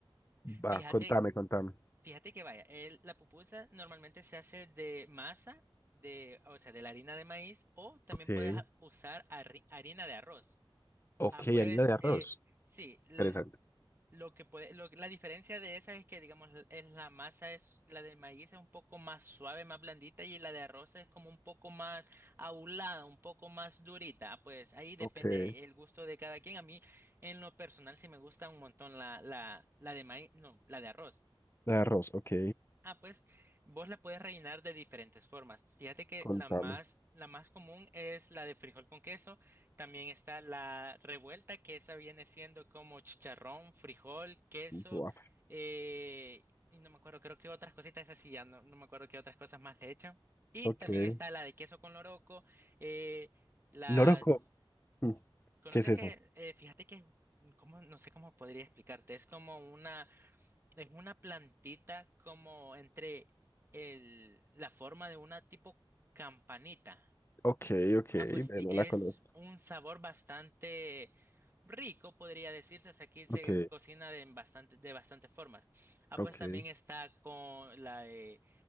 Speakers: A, on the left; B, on the right.
A: Va,
B: Fíjate,
A: contame, contame.
B: fíjate que vaya, el- la pupusa normalmente se hace de masa, de, o sea, de la harina de maíz, o también
A: Ok.
B: puedes a- usar harri- harina de arroz.
A: Ok,
B: Ah, pues,
A: harina de arroz.
B: eh, sí,
A: Interesante.
B: lo que puede, lo, la diferencia de esa es que, digamos, l- es la masa es, la de maíz es un poco más suave, más blandita, y la de arroz es como un poco más aulada, un poco más durita. Pues ahí depende
A: Ok. De
B: el gusto de cada quien. A mí, en lo personal, sí me gusta un montón la, la, la de maíz, no, la de arroz.
A: arroz, ok.
B: Ah, pues vos la puedes rellenar de diferentes formas. Fíjate que
A: Contame.
B: la más, la más común es la de frijol con queso. También está la revuelta, que esa viene siendo como chicharrón, frijol, queso,
A: Buah,
B: eh, y no me acuerdo, creo que otras cositas, esas sí ya no, no me acuerdo qué otras cosas más le echan. Y
A: Ok.
B: también está la de queso con loroco, eh, las...
A: Loroco. Mm,
B: ¿Conoces
A: ¿Qué es eso?
B: que, eh, fíjate que, mm, ¿cómo? No sé cómo podría explicarte, es como una... Es una plantita como entre el, la forma de una tipo campanita.
A: Ok, ok.
B: Ah,
A: eh,
B: pues ti-
A: No
B: es
A: la conozco.
B: un sabor bastante rico, podría decirse. O sea, aquí se
A: Ok,
B: cocina de en bastante, de bastantes formas. Ah,
A: ok.
B: pues también está con la de